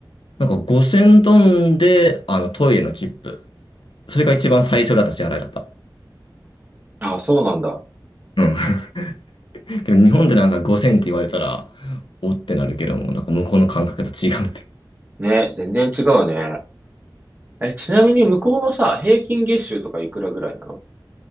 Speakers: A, on the left; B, on the right.
A: なんか5000ドンで、あの、トイレのチップ。それが一番最初だった支払いだった。
B: あ、そうなんだ。
A: うん。<laughs> でも日本でなんか5000って言われたら、おってなるけども、なんか向こうの感覚と違うって。
B: ね、全然違うね。え、ちなみに向こうのさ、平均月収とかいくらぐらいなの